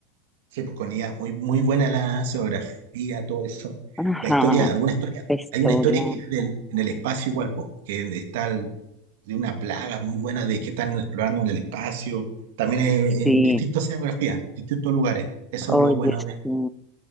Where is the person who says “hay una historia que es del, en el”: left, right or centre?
Right